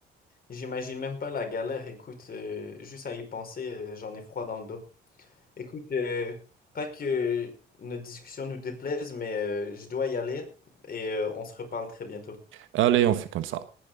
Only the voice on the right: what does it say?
Allez, on fait comme ça.